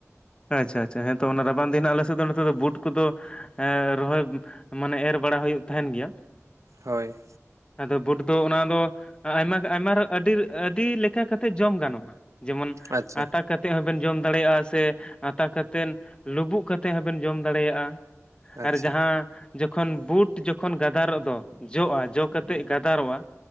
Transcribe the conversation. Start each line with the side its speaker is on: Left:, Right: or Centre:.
Left: ᱟᱪᱪᱷᱟ ᱟᱪᱪᱷᱟ ᱦᱮᱸ ᱛᱚ ᱚᱱᱟ ᱨᱟᱵᱟᱝ ᱫᱤᱱ ᱦᱟᱸᱜ ᱟᱞᱮ ᱥᱮᱫ ᱫᱚ ᱱᱚᱛᱮ ᱫᱚ ᱵᱩᱴ ᱠᱚᱫᱚ ᱮᱸ ᱨᱚᱦᱚᱭ ᱢᱟᱱᱮ ᱮᱨ ᱵᱟᱲᱟ ᱦᱩᱭᱩᱜ ᱛᱟᱦᱮᱸᱱ ᱜᱮᱭᱟ᱾
Right: ᱦᱳᱭ᱾
Left: ᱟᱫᱚ ᱵᱩᱴ ᱫᱚ ᱚᱱᱟ ᱫᱚ ᱟᱭᱢᱟ ᱜᱟᱱ ᱟᱭᱢᱟ ᱟᱹᱰᱤ ᱟᱹᱰᱤ ᱞᱮᱠᱟ ᱠᱟᱛᱮᱫ ᱡᱚᱢ ᱜᱟᱱᱚᱜᱼᱟ᱾ ᱡᱮᱢᱚᱱ
Right: ᱟᱪᱪᱷᱟ
Left: ᱟᱛᱟ ᱠᱟᱛᱮᱜ ᱦᱚᱸᱵᱮᱱ ᱡᱚᱢ ᱫᱟᱲᱮᱭᱟᱜᱼᱟ ᱥᱮ ᱟᱛᱟ ᱠᱟᱛᱮᱱ ᱞᱩᱵᱩᱜ ᱠᱟᱛᱮᱜ ᱦᱚᱸᱵᱮᱱ ᱡᱚᱢ ᱫᱟᱲᱮᱭᱟᱜᱼᱟ
Right: ᱟᱪᱪᱷᱟ
Left: ᱟᱨ ᱡᱟᱦᱟᱸ ᱡᱚᱠᱷᱚᱱ ᱵᱩᱴ ᱡᱚᱠᱷᱚᱱ ᱜᱟᱫᱟᱨᱚᱜ ᱫᱚ ᱡᱚᱜᱼᱟ ᱡᱚ ᱠᱟᱛᱮᱜ ᱜᱟᱫᱟᱨᱚᱜᱼᱟ